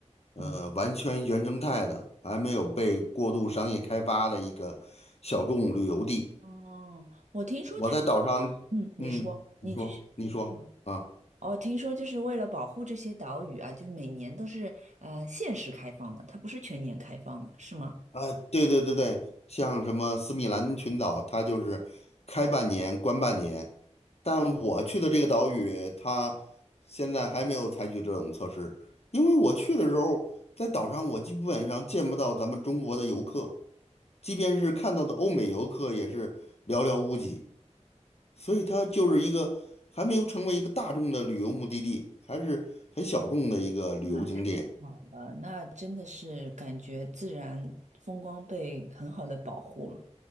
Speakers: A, on the left; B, on the right.
A: 呃完全原生态的，
B: 嗯，
A: 还没有被过度商业开发的一个小众旅游地。
B: 哦，我听说泰，
A: 我在岛上，
B: 嗯，你说，
A: 嗯，你说，
B: 你继续。
A: 你说啊。
B: 嗯，哦，听说就是为了保护这些岛屿啊，就每年都是呃限时开放的，它不是全年开放的，是吗？
A: 啊，对对对对，像什么斯米兰群岛，它就是开半年关半年，但我去的这个岛屿，它现在还没有采取这种措施，因为我去的时候，在岛上我基本上见不到咱们中国的游客，即便是看到的欧美游客也是寥寥无几，所以它就是一个还没有成为一个大众的旅游目的地，还是很小众的一个旅游景点。
B: 那太好了，那真的是感觉自然风光被很好的保护了。